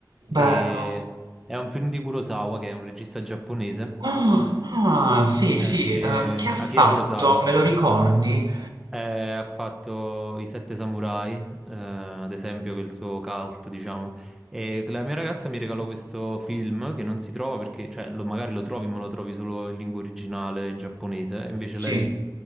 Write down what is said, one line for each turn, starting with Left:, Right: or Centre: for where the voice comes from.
Right: Bello.
Centre: E è un film di Kurosawa, che è un regista giapponese,
Right: Ah, ah, sì,
Centre: eh,
Right: sì,
Centre: che,
Right: ehm, che ha
Centre: Akira
Right: fatto?
Centre: Kurosawa,
Right: Me lo ricordi?
Centre: eh, ha fatto I Sette Samurai, eh, ad esempio, che è il suo cult, diciamo. E la mia ragazza mi regalò questo film che non si trova perché, cioè, lo- magari lo trovi, ma lo trovi solo in lingua originale, in giapponese. Invece
Right: Sì.
Centre: lei,